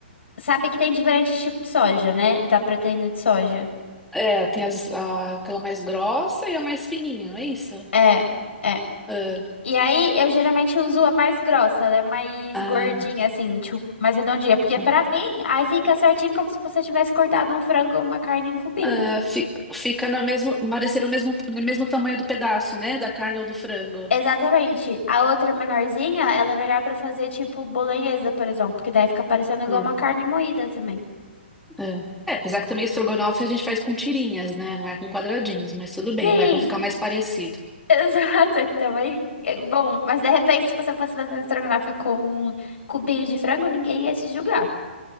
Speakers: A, on the left; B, in the centre.
A: sabe que tem diferentes tipos de soja, né? Da proteína de soja.
B: É, tem as- a- aquela mais grossa e a mais fininha, não é isso?
A: É, é.
B: Ah,
A: E aí, eu geralmente uso a mais grossa, ela é mais
B: ah,
A: gordinha, assim, tipo, mais redondinha. Porque
B: ah.
A: pra mim, aí fica certinho como se você tivesse cortado um frango ou uma carne em cubinho.
B: Ah, fi- fica no mesmo, parecer o mesmo, no mesmo tamanho do pedaço, né? Da carne ou do frango.
A: Exatamente. A outra menorzinha, ela é melhor pra fazer, tipo, bolonhesa, por exemplo. Porque daí fica parecendo igual
B: Hum.
A: uma carne moída também.
B: É. É, apesar que também estrogonofe a gente faz com tirinhas, né? Não é com quadradinhos, mas tudo bem,
A: Sim,
B: vai pra ficar mais parecido.
A: Exato, aqui também. é Bom, mas de repente, se você fosse fazer um estrogonofe com um cubinho de frango, ninguém ia te julgar.